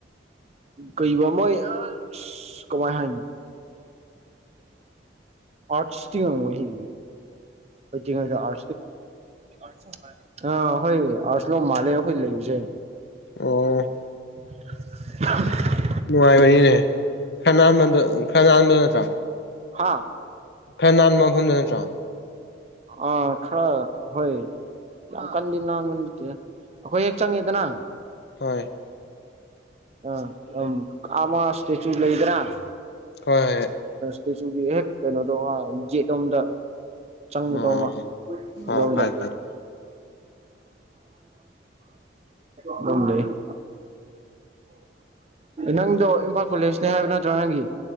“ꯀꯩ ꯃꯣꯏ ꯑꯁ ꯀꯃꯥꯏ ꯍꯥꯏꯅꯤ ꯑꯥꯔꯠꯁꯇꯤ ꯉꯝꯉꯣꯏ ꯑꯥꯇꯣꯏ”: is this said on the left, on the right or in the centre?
Right